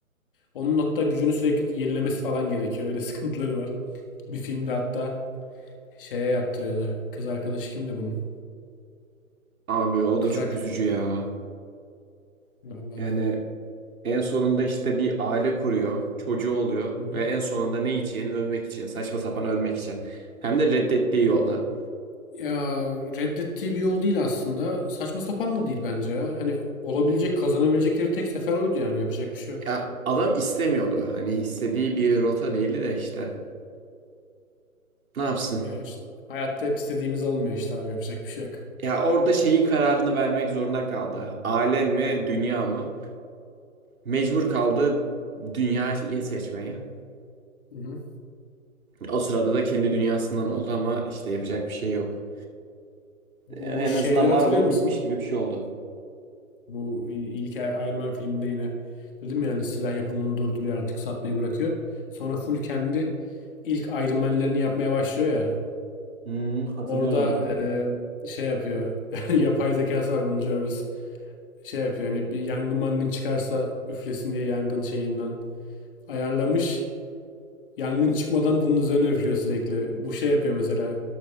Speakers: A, on the left; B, on the right.
A: Onun hatta gücünü sürekli yenilemesi falan gerekiyor. Öyle <laughs> sıkıntıları var. Bir filmde hatta şeye yaptırıyordu. Kız arkadaşı kimdi bunun?
B: Abi o
A: Kızak.
B: da çok üzücü ya.
A: Vallahi.
B: Yani en sonunda işte bir aile kuruyor, çocuğu oluyor
A: Hı hı.
B: ve en sonunda ne için? Ölmek için, saçma sapan ölmek için. Hem de reddettiği yolda.
A: Ya reddettiği bir yol değil aslında. Saçma sapan da değil bence ya. Hani olabilecek, kazanabilecekleri tek sefer oydu yani. Yapacak bir şey yok.
B: Ya adam istemiyordu. Hani istediği bir rota değildi de işte. Ne yapsın?
A: Ya işte hayatta hep istediğimiz olmuyor işte abi. Yapacak bir şey yok.
B: Ya orada şeyin kararını vermek zorunda kaldı. Ailen mi, dünya mı? Mecbur kaldı dünyayı seçmeye.
A: Hı hı.
B: O sırada da kendi dünyasından oldu ama işte yapacak bir şey yok.
A: Bu,
B: En
A: bu şeyleri
B: azından Marvel
A: hatırlıyor musun?
B: bitmiş gibi bir şey oldu.
A: Bu ilk Iron Man filminde yine dedim ya, yani silah yapımını durduruyor artık satmayı bırakıyor. Sonra full kendi ilk Iron Man'lerini yapmaya başlıyor ya.
B: Hmm, hatırlıyorum
A: Orada
B: onu.
A: e, şey yapıyor. <laughs> Yapay zekası var bunun Jarvis. Şey yapıyor hani bir yangın mangın çıkarsa üflesin diye yangın şeyinden ayarlamış. Yangın çıkmadan bunun üzerine üflüyor sürekli. Bu şey yapıyor mesela